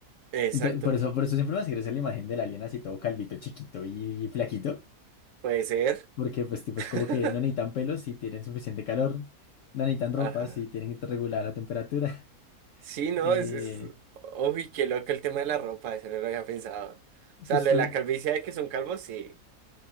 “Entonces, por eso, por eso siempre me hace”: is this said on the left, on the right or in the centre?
Left